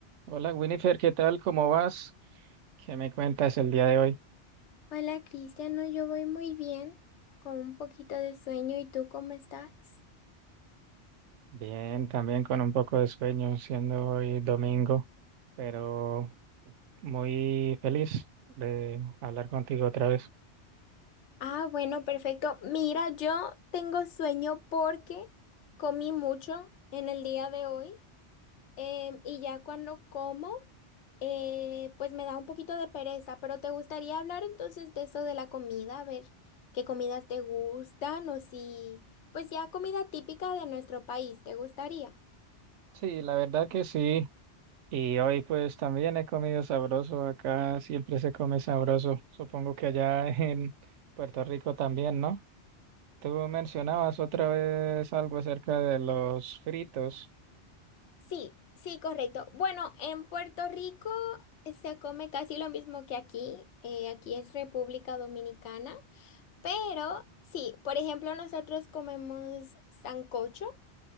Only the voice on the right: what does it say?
Hola Winifred, ¿qué tal? ¿Cómo vas? ¿Qué me cuentas el día de hoy?
Bien, también con un poco de sueño, siendo hoy domingo, pero muy feliz de hablar contigo otra vez.
Sí, la verdad que sí. Y hoy pues también he comido sabroso. Acá siempre se come sabroso. Supongo que allá <laughs> en Puerto Rico también, ¿no? Tú mencionabas otra vez algo acerca de los fritos.